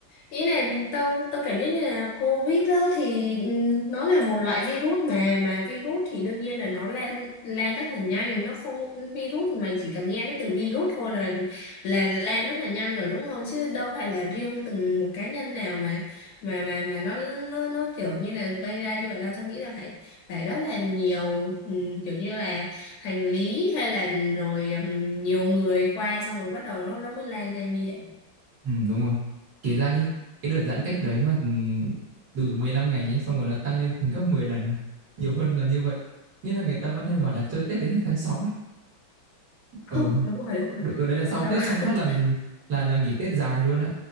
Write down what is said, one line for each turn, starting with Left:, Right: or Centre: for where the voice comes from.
Left: ý là tao tao cảm giác như là COVID á thì ừm, nó là một loại virus mà mà virus thì đương nhiên là nó lan lan rất là nhanh nó không virus mày chỉ cần nghe cái từ virus thôi là là lan rất là nhanh rồi đúng không chứ đâu phải là riêng từng một cá nhân nào mà mà mà mà nó nó nó kiểu như là gây ra như vậy đâu tao nghĩ là phải phải rất là nhiều ừm, kiểu như là hành lý hay là rồi ừm, nhiều người qua xong rồi bắt đầu nó, nó mới lan nhanh như vậy
Right: ừ, đúng rồi. Kể ra nhé, cái đợt giãn cách đấy mà ừ, từ 15 ngày nhé, xong rồi nó tăng lên thành gấp 10 lần. à, Nhiều hơn là như vậy. Nghĩa là người ta vẫn hay bảo là chơi Tết đến hết tháng sáu. ấy
Left: <laughs>
Right: ừ
Left: đúng rồi đúng rồi
Right: được, được đấy là sau
Left: trời
Right: Tết xong
Left: ơi,
Right: phát là
Left: <laughs>
Right: là là nghỉ Tết dài luôn á